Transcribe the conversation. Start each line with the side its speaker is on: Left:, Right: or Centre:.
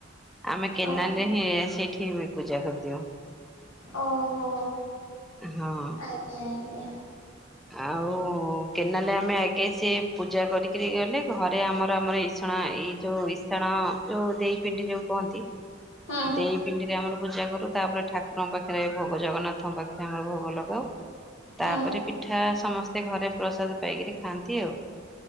Centre: ଆମେ କେନାଲ
Left: ହୁଁ ଓହୋ
Centre: ରେ ହିଁ ଆ ସେ ଠି ବି ପୂଜା କରଦଉ।
Left: ଓହୋ।
Centre: ହଁ
Left: ଆଜ୍ଞା ଆଜ୍ଞା।
Centre: ଆଉ କେ ନାଲେ ଆମେ ଆଗେ ସେ ପୂଜା କରିକିରି ଗଲେ। ଘରେ ଆମର ଆମର ଇସାଣ ଏଇ ଯୋଉ ଇସାଣ ଯୋଉ ଦେଇ ପିଣ୍ଡି ଯୋଉ କହନ୍ତି।
Left: ହୁଁ
Centre: ଦେଇ ପିଣ୍ଡିରେ ଆମର ପୂଜା କରୁ। ତାପରେ ଠାକୁରଙ୍କ ପାଖରେ ଭୋଗ ଜଗନ୍ନାଥଙ୍କ ପାଖରେ ଆମର ଭୋଗ ଲଗାଉ। ତାପରେ
Left: ହୁଁ
Centre: ପିଠା ସମସ୍ତ ଘରେ ପ୍ରସାଦ ପାଇକରି ଖାଆନ୍ତି ଆଉ।